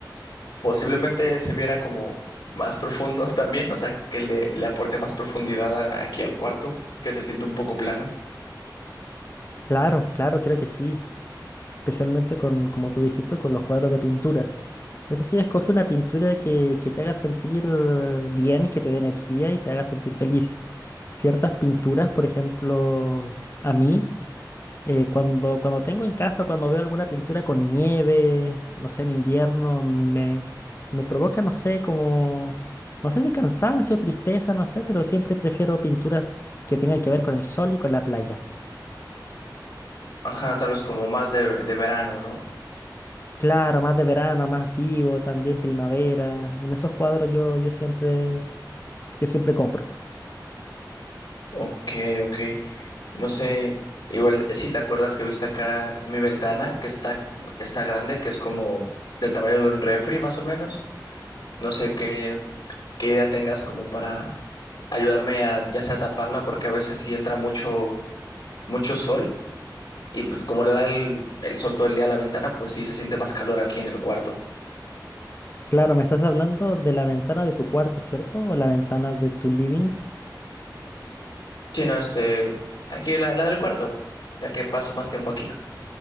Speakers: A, on the left (about 75°); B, on the left (about 35°).
A: posiblemente se viera como más profundo <laughs> también, o sea, que le, le aporte más profundidad a- aquí al cuarto, que se siente un poco plano.
B: Claro, claro, creo que sí. Especialmente con, como tú dijiste, con los cuadros de pinturas. Eso sí, escoge una pintura que, que te haga sentir bien, que te dé energía y te haga sentir feliz. Ciertas pinturas, por ejemplo, a mí, eh, cuando, cuando tengo en casa, cuando veo alguna pintura con nieve, no sé, en invierno, me, me provoca, no sé, como, no sé si cansancio, tristeza, no sé, pero siempre prefiero pinturas que tengan que ver con el sol y con la playa.
A: Ajá, tal vez como más de, de verano, ¿no?
B: Claro, más de verano, más vivo, también primavera. En esos cuadros yo, yo siempre, yo siempre compro.
A: Ok, ok. No sé, igual eh, si te acuerdas que viste acá mi ventana, que está, está grande, que es como del tamaño de un refri más o menos. No sé qué, qué idea tengas como para ayudarme a ya sea taparla, porque a veces sí entra mucho, mucho sol, y pues como le da el, el sol todo el día a la ventana, pues sí se siente más calor aquí en el cuarto.
B: Claro, me estás hablando de la ventana de tu cuarto, ¿cierto? O la ventana de tu living.
A: Sí, no, este, aquí la, la del cuarto, ya que paso más tiempo aquí.